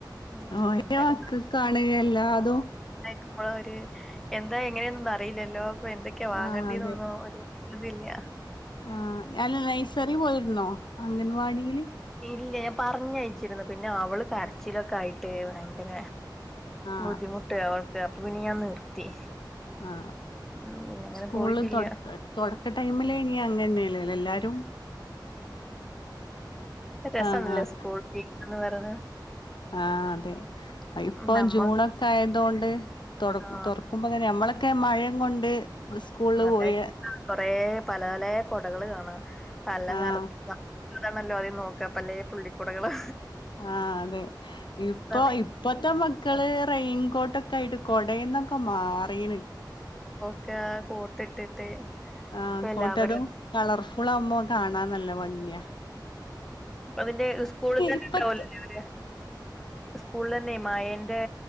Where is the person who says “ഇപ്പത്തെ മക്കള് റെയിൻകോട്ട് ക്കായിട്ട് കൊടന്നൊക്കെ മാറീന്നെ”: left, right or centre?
Left